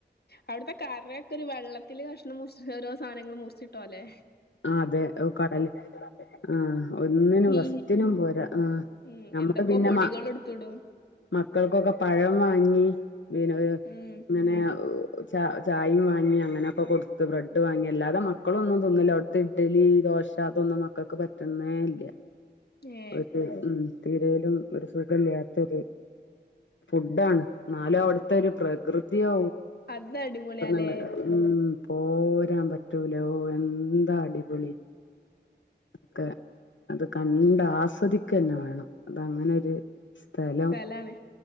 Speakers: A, on the left; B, on the left.
A: അവിടുത്തെ കറൊക്കെ ഒരു വെള്ളത്തിൽ കഷ്ണം മുറിച്ച ഓരോ സാധനങ്ങളും മുറിച്ചിട്ടോ പോലെ
B: ആഹ് അതെ കടൽ ആഹ ഒന്നിനും
A: നീ
B: വസ്ത്തിനും പോരാ ആഹ
A: ഉം
B: നമ്മള്
A: എന്തൊക്കോ
B: പിന്നെ
A: പൊടികള് എടുത്തിടും
B: മക്കൾക്കൊക്കെ പഴം വാങ്ങി പിന്നെ
A: ഉം
B: ഇങ്ങനെ ച ചായയും വാങ്ങി അങ്ങനെക്കെ കൊടുത്ത് ബ്രെഡ് വാങ്ങി അല്ലാതെ മക്കളും ഒന്നും തിന്നില്ല ഡലി ദോശ അതൊന്നും മക്കൾക്ക് പറ്റുന്നേല്ല
A: ഏ
B: ഒരു ഉ തീരയിലും ഒരു സുഖില്ലാത്തരു ഫുഡാണ് ന്നാലും അവിടുത്തെ ഒരു പ്ര പ്രകൃതിയോ
A: അതാ അടിപൊളിയാലേ
B: ഇങ്ങട്ട് ഉം പോരാൻ പറ്റൂല ഓ എന്താ അടിപൊളി ക്കെ അത് കണ്ട ആസ്വദിക്ക തന്നെ വേണം അത അങ്ങനെരു സ്ഥലം
A: സ്ഥലാണ്